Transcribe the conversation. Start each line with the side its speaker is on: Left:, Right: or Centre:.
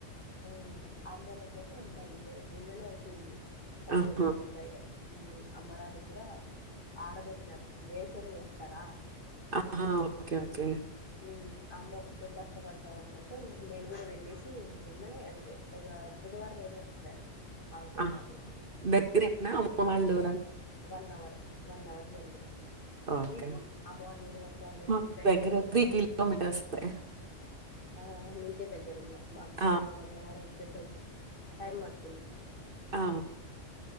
Left: మ్మ్ అమ్మోల్లకైతే ఉన్నాయి. నిన్ననే అయిపోయింది పంట
Right: ఆహా!
Left: కూడా బై వో మ్మ్ అమ్మడానికి కూడా ఆరబెట్టినారు వేరుశనగ ఏస్తారా?
Right: ఆహా ఓకె ఓకె
Left: మ్మ్ అమ్మ ఒక్కతె కష్టపడతాదన్నట్టు నేను కూడా వెళ్ళేసి నిన్ననే అంతే ఒక బుధవారం ఏమో వచ్చిన. మా హస్బెండ్
Right: ఆహ
Left: వాళ్ళ
Right: దెగ్గరేనా అమ్మ మ వాళ్ళరు
Left: one hour one hour journey.
Right: Okay.
Left: మీకు అమ్మవాళ్ళూరు అత్తవాళ్ళూరికి
Right: మాకు
Left: టైం
Right: దగ్గర
Left: ఎంత జర్
Right: కిలోమీటర్సే.
Left: ఆ నీకె దగ్గరింగ మాకు
Right: ఆ!
Left: వన్ అవర్ అంత దగ్ టైమ్ బడ్తుంది.
Right: ఆ!